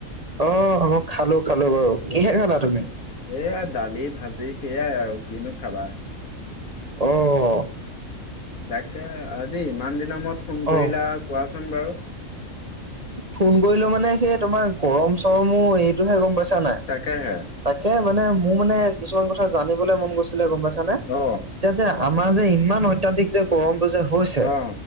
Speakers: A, on the right; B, on the left.
A: অ অ মই খালো খালো বাৰু কিহে খালা তুমি।
B: এয়া দালি ভাজি সেইয়াই আৰু কিনো খাবা
A: আহ
B: ডাক্তৰ আজি ইমান দিনৰ মূৰত ফোন কৰিলা
A: অ
B: আৰু কোৱাচোন বাৰু।
A: ফোন কৰিলো মানে সেই তোমাৰ গৰম চৰমো এইটোহে গ'ম পাইছা নাই।
B: তাকেহে
A: তাকে মানে মোৰ মানে। কিছুমান কথা জানিবলৈ মন গৈছিলে, গ'ম পাইছানে,
B: অ
A: এতিয়া যে আমাৰ যে ইমান। অত্যাধিক যে গৰমটো যে হৈছে
B: অ